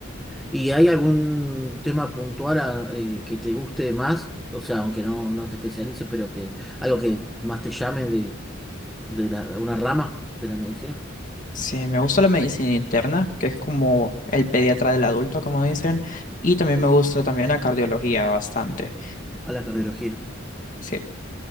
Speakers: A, in the centre; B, on the left.
A: ¿Y hay algún tema puntual a, eh, que te guste más? O sea, aunque no, no te especialices, pero que algo que más te llame de la- una rama de la medicina,
B: sí, me gusta la medicina interna, que es como el pediatra del adulto, como dicen, y también
A: Mm.
B: me gusta también la cardiología bastante.
A: a la cardiología.
B: Sí,